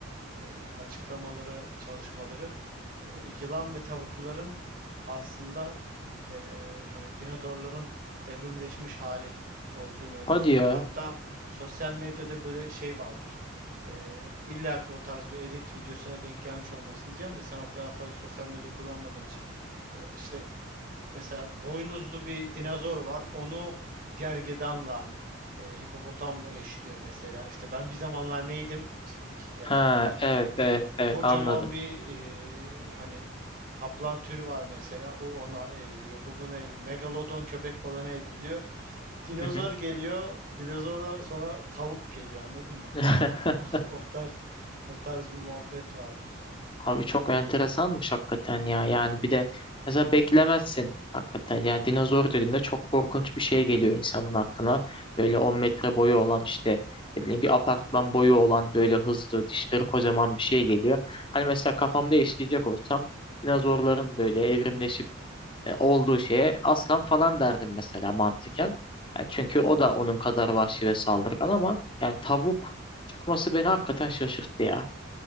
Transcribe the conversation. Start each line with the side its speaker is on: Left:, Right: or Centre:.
Right: e, açıklamaları, çalışmaları e, yılan ve tavukların aslında e, hani dinozorların evrimleşmiş hali olduğunu öne
Left: Hadi
Right: sürüyor.
Left: ya.
Right: Hatta sosyal medyada böyle şey vardır. E, illa ki o tarz bir edit videosuna denk gelmiş olmasın diyeceğim de sen o kadar fazla sosyal medya kullanmadığın için E, işte mesela boynuzlu bir dinozor var. Onu gergedanla e, hipopotamla eşliyor mesela. İşte ben bir zamanlar neydim? Şimdiki gergedan
Left: Ha
Right: gözüküyor
Left: evet evet evet
Right: kocaman
Left: anladım.
Right: bir eee, hani kaplan türü var mesela. O ona evriliyor. Bu buna evriliyor. Megalodon köpek balığına evriliyor. Dinozor
Left: Hı
Right: geliyor. Dinozordan sonra tavuk geliyor. Anladın mı?
Left: hı.
Right: <laughs>
Left: <laughs>
Right: O tarz o tarz bir muhabbet vardı.
Left: Abi çok enteresanmış hakikaten ya. Yani bir de mesela beklemezsin hakikaten. Yani dinozor dediğinde çok korkunç bir şey geliyor insanın aklına. Böyle 10 metre boyu olan işte ne bileyim bir apartman boyu olan böyle hızlı dişleri kocaman bir şey geliyor. Hani mesela kafamda işleyecek olsam dinozorların böyle evrimleşip e, olduğu şeye aslan falan derdim mesela mantıken. Yani çünkü o da onun kadar vahşi ve saldırgan ama yani tavuk çıkması beni hakikaten şaşırttı ya.